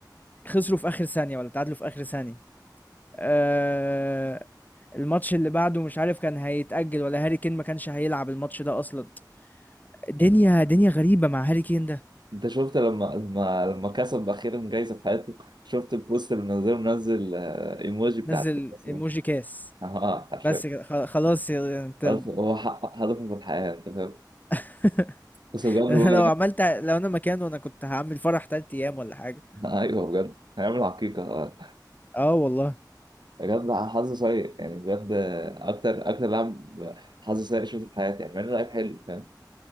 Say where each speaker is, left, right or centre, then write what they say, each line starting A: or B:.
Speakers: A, on the left (about 20°); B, on the right (about 70°).
A: خسروا في اخر ثانية ولا تعادلوا في اخر ثانية آه الماتش اللي بعده مش عارف كان هيتأجل ولا هاري كين ما كانش هيلعب الماتش ده اصلا دنيا دنيا غريبة مع هاري كين ده
B: انت شفت لما لما لما كسب اخيرا جايزه في حياته شفت البوست اللي منزله منزل آه، ايموجي بتاع
A: نزل
B: الكاس
A: ايموجي
B: ده؟
A: كاس
B: اه حرفيا
A: بس كده، خ- خلاص يا- انت
B: أصل هو حقق هدفه في الحياه انت فاهم
A: <laughs>
B: بس بجد هو
A: لو عملت لو انا مكانه انا كنت هعمل فرح تلات ايام ولا حاجة
B: ايوه بجد هيعمل عقيقة آه.
A: اه والله
B: بجد بقى حظ سيء يعني بجد اكتر اكتر لاعب حظ سيء شفته في حياتي يعني مع انه لعيب حلو فاهم